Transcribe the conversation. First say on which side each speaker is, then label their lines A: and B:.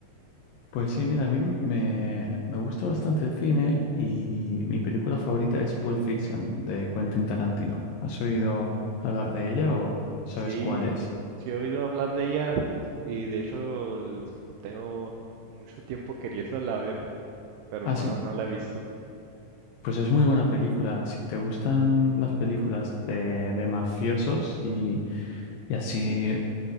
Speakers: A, on the left; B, on the right.
A: Pues sí, mira, a mí me, me gusta bastante el cine y mi película favorita es Pulp Fiction de Quentin Tarantino. ¿Has oído hablar de ella o sabes
B: Sí,
A: cuál es?
B: sí he oído hablar de ella y de hecho l- tengo mucho tiempo queriéndola ver, pero
A: Ah,
B: no,
A: sí,
B: no la he visto.
A: pues es muy buena película. Si te gustan las películas de, de mafiosos y, y así